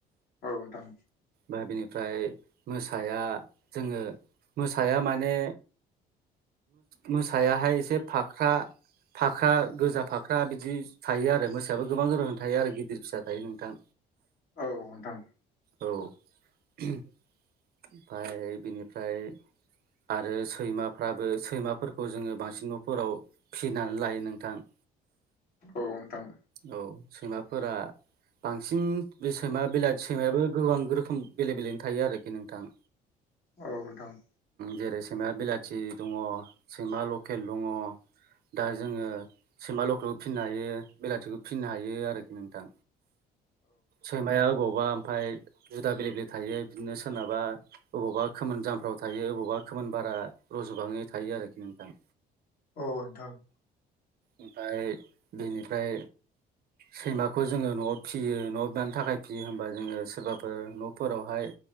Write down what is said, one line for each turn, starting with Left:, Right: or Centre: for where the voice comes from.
Left: औ नोंथां
Right: बेनिफ्राय मोसाया जोङो मोसाया माने मोसायाहाय एसे फाख्रा फाख्रा गोजा फाख्रा बिदि थायो आरो मोसायाबो गोबां गोरों थायो आरो गिदिर फिसा थायो नोंथां
Left: औ नोंथां
Right: औ ओमफ्राय बेनिफ्राय आरो सैमाफ्राबो सैमाफोरखौ जोङो बांसिन न'फोराव फिसिनानै लायो नोंथां
Left: औ नोंथां
Right: औ सैमाफोरा बांसिन बे सैमा बेला सैमायाबो गोबां रोखोम बेले बेलेनो थायो आरोखि नोंथां
Left: औ नोंथां
Right: जेरै सैमा बिलाथि दङ सैमा लकेल दङ दा जोङो सैमा लखेलबो फिनो हायो बेलाथिखौ फिसिनो हायो आरोखि नोंथां सैमाया अबावबा ओमफ्राय जुदा बेलेग बेलेग थायो बिदिनो सोरनाबा अबावबा खोमोन जामफ्राव थायो अबावबा खोमोन बारा रजबाङै थायो आरोखि नोंथां
Left: औ नोंथां
Right: ओमफ्राय बेनिफ्राय सैमाखौ जोङो न'आव फिसियो न'आव मानो थाखाय फिसियो होमबा जोङो सोरबाफोर न'फोरावहाय